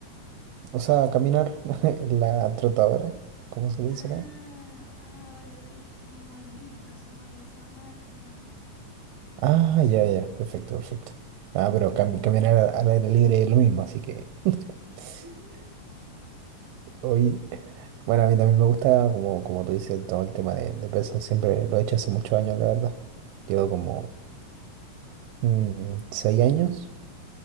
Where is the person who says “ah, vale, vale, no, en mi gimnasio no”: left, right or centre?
Left